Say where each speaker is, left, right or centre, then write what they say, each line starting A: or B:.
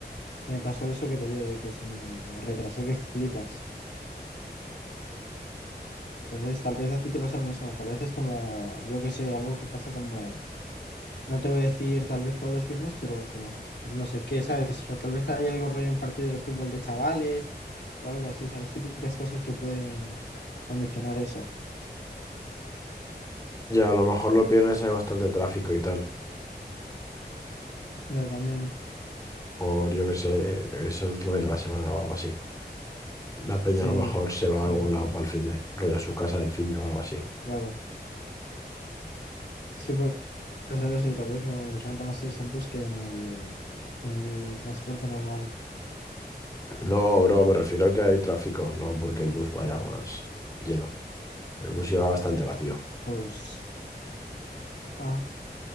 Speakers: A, on the left; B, on the left.
A: que me pasó eso que te digo, de que se me retrasó que flipas. Entonces, tal vez a ti te pasa lo mismo. Tal vez es como, yo qué sé, algo que pasa como, no te voy a decir tal vez todos los viernes, pero como, no sé qué, ¿sabes? Tal vez hay algo rollo, un partido de fútbol de chavales o algo así, ¿sabes? Típicas cosas que pueden condicionar eso.
B: Ya, a lo mejor los viernes hay bastante tráfico y tal,
A: Ya también.
B: por yo que sé, es el último día de la semana o algo así. La peña
A: Sí,
B: a lo mejor se va a
A: o
B: algún lado para el finde, rollo a su casa del finde o algo así.
A: claro. Sí, puede ser eso, y tal vez como los renta más irse en bus que en el, en el transporte normal.
B: No, bro, me refiero a que hay tráfico, no porque el bus vaya más lleno. El bus iba bastante vacío.
A: Pues, ah,